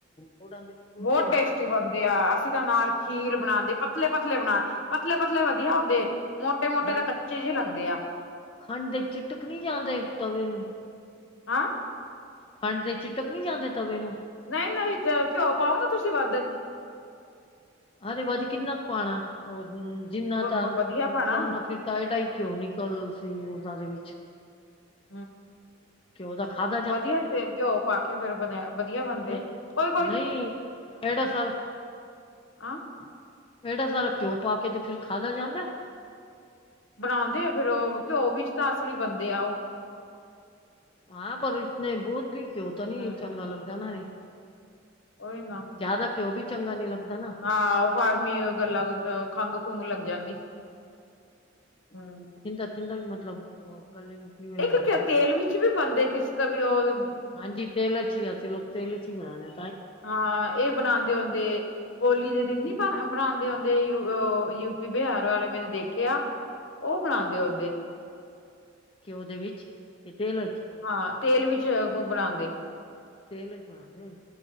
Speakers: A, on the left; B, on the left.
A: ਗੁੜਾਂ ਦੇ ਗੁੜ
B: ਬਹੁਤ
A: ਦੇ ਬਣਾਉਂਦੇ
B: ਟੇਸਟੀ
A: ਨਾ
B: ਬਣਦੇ ਆ ਅਸੀਂ ਤਾਂ ਨਾਲ ਖੀਰ ਬਣਾਉਂਦੇ ਪਤਲੇ ਪਤਲੇ ਬਣਾ ਪਤਲੇ ਪਤਲੇ ਵਧੀਆ ਹੁੰਦੇ ਮੋਟੇ ਮੋਟੇ
A: ਖੰਡ
B: ਤਾਂ ਕੱਚੇ ਜਿਹੇ ਲੱਗਦੇ ਆ।
A: ਖੰਡ ਚਿਟਕ ਨਹੀਂ ਜਾਂਦੇ ਤਵੇ ਨੂੰ।
B: ਹਾਂ
A: ਖੰਡ ਦੇ ਚਿੱਟਕ ਨਹੀਂ ਜਾਂਦੇ ਤਵੇ ਨੂੰ।
B: ਨਹੀਂ ਨਹੀਂ ਘਿਓ ਪਾਓ ਨਾ ਤੁਸੀਂ ਵੱਧ।
A: ਹਰੇ ਵੱਧ ਕਿੰਨਾ ਕੁ ਪਾਉਣਾ ਉਹ ਜਿੰਨਾ
B: ਵ
A: ਤਾਂ
B: ਵਧੀਆ
A: ਲੱਗਦਾ
B: ਪਾਣਾ
A: ਓਨਾਂ ਫਿਰ। ਡਾਲਡਾ ਹੀ ਕਿਉਂ ਨਿਕਲ ਸੀ ਉਹਨਾਂ ਦੇ ਵਿੱਚ।
B: ਹਮ।
A: ਕਿ ਉਹਦਾ ਖਾਦ
B: ਵਧੀਆ ਘਿਓ ਪਾ ਕੇ ਫਿਰ ਬਣ ਵਧੀਆ ਬਣਦੇ
A: ਨਹੀਂ
B: ਕੋਈ ਕੋਈ।
A: ਨਹੀਂ ਐਡਾ ਸਾਰਾ
B: <unintelligible>
A: ਇਹਨਾ ਸਾਰਾ ਘਿਓ ਪਾ ਕੇ ਤਾਂ ਫਿਰ ਖਾਦਾ ਜਾਂਦਾ।
B: ਬਣਾਉਂਦੇ ਆ ਫਿਰ ਉਹ ਉਹ ਵੀ ਚ ਤਾਂ ਅਸਲੀ ਬੰਦੇ ਆ ਉਹ।
A: ਹਾਂ ਪਰ ਇਤਨੇ ਬਹੁਤ ਵੀ ਕੇ ਹੋਤਾ ਨੀ
B: ਹੂੰ
A: ਚੰਗਾ ਲੱਗਦਾ ਨਾ ਅਰੇ।
B: ਉਹੀ ਨਾ
A: ਜ਼ਿਆਦਾ ਘਿਉ ਵੀ ਚੰਗਾ ਨੀ ਲੱਗਦਾ ਨਾ
B: ਹਾਂ ਉਹ ਫਾਰਮੀ ਗੱਲਾਂ ਖੰਘ ਖੁੰਘ ਲੱਗ ਜਾਂਦੀ ਹਮ
A: ਦਾ ਇੰਦਾ ਵੀ ਮਤਲਬ ਗੱਲ ਨੂੰ ਕਿਵੇਂ
B: ਇੱਕ
A: ਹੁੰਦਾ ਨਾ
B: ਤੇਲ ਵਿੱਚ ਵੀ ਬਣਦੇ ਕਿਸ ਤਾਂ ਵੀ ਉਹ
A: ਹਾਂਜੀ ਤੇਲ 'ਚ ਹੀ ਅਸੀਂ ਲੋਕ ਤੇਲ ' ਹੀ ਬਣਾਉਣੇ
B: ਹਾਂ ਇਹ ਬਣਾਉਂਦੇ ਹੁੰਦੇ ਹੋੋਲੀ ਦੇ ਦਿਨ ਨੀ ਬ
A: ਗੁੜ
B: ਬਣਾ ਬ ਹਦੇ ਯ ਯੂਪੀ ਬਿਹਾਰ ਵਾਲੇ ਮੈਨੇ ਦੇਖਿਆ ਉਹ ਬਣਾਉਂਦੇ ਹੁੰਦੇ
A: ਘਿਉਵਿੱਚ ਕਿ ਤੇਲ ਵਿੱਚ
B: ਹਾਂ ਤੇਲ ਵਿੱਚ ਬਣਾਉਂਦੇ
A: <unintelligible> ਬਣਾਦੇ